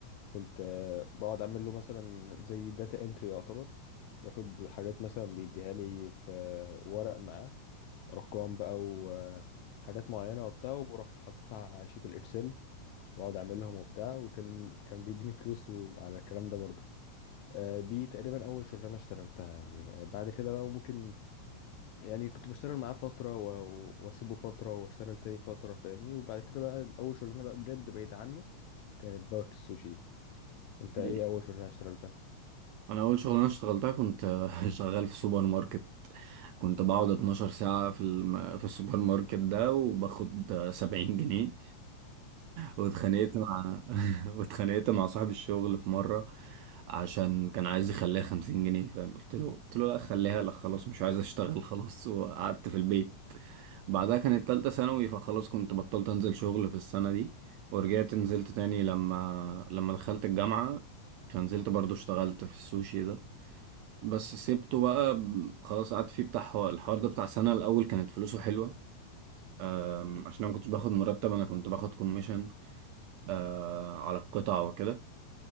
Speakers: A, on the left; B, on the right.
A: كنت آه، بقعد اعمل له مثلا زي داتا انتري يعتبر باخد حاجات مثلا بيديها لي في ورق معاه ارقام بقى وحاجات معينه وبتاع وبروح حاططها على شيت الاكسل واقعد اعملهم وبتاع وكان كان بيديني فلوس وعلى الكلام ده برضه آه، دي تقريبا اول شغلانه اشتغلتها يعني آه، بعد كده بقى ممكن يعني كنت بشتغل معاه فتره و- واسيبه فتره واشتغل تاني فتره فاهمني وبعد كده بقى اول شغلانه بقى بجد بعيد عنه كانت بارك السوشي انت
B: مم.
A: ايه اول شغلانه اشتغلتها
B: انا اول شغلانة اشتغلتها كنت <laughs> شغال في سوبر ماركت كنت بقعد 12 ساعة في الم... في السوبر ماركت ده وباخد 70 جنيه واتخانقت مع <laughs> واتخانقت مع صاحب الشغل في مرة عشان كان عايز يخليها خمسين جنيه فاهم قلت له قلت له لا خليها لا خلاص مش عايز اشتغل خلاص وقعدت في البيت بعدها كانت تالتة ثانوي فخلاص كنت بطلت انزل شغل في السنة دي ورجعت نزلت تاني لما لما دخلت الجامعة فنزلت برضو اشتغلت في السوشي ده بس سيبته بقى ب- خلاص قعدت فيه بتاع حو- الحوار ده بتاع سنة الأول كانت فلوسه حلوة أم، عشان أنا ما كنتش باخد مرتب أنا كنت باخد كوميشن آه على القطع وكده